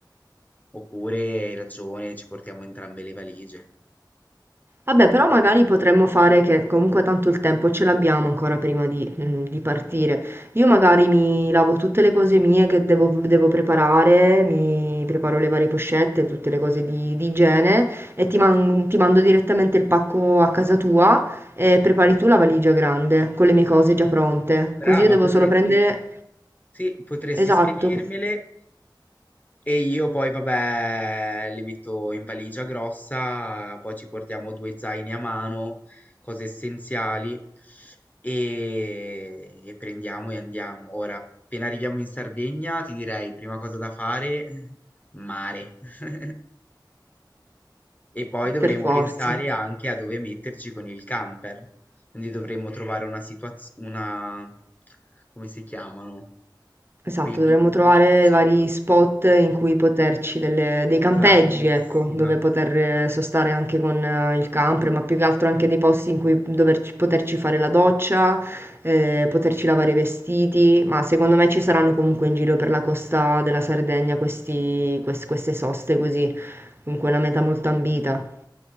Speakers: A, on the left (about 20°); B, on the right (about 30°).
A: oppure hai ragione, ci portiamo entrambe le valigie.
B: Vabbè, però magari potremmo fare che comunque tanto il tempo ce l'abbiamo ancora prima di, mhmm, di partire. Io magari mi lavo tutte le cose mie che devo devo preparare, mi preparo le varie pochette, tutte le cose di di igiene e ti man ti mando direttamente il pacco a casa tua e prepari tu la valigia grande con le mie cose già pronte.
A: Brava,
B: Così io devo
A: potresti,
B: solo prendere
A: sì, potresti
B: esatto,
A: spedirmele
B: co
A: E io poi, vabbè, le metto in valigia grossa, poi ci portiamo due zaini a mano, cose essenziali, e, e prendiamo e andiamo. Ora, appena arriviamo in Sardegna, ti direi, prima cosa da fare, <laughs> mare. <laughs> E poi dovremo
B: per forza.
A: pensare anche a dove metterci con il camper. Quindi dovremmo trovare una situazione, una... come si chiamano?
B: Esatto,
A: Quei villaggi,
B: dovremmo trovare vari spot in cui poterci delle- dei campeggi,
A: bravissima
B: ecco, dove poter eh, sostare anche con eh, il camper, ma più che altro anche dei posti in cui doverci- poterci fare la doccia, eh, poterci lavare i vestiti, ma secondo me ci saranno comunque in giro per la costa della Sardegna questi- quest- queste soste così, comunque una meta molto ambita.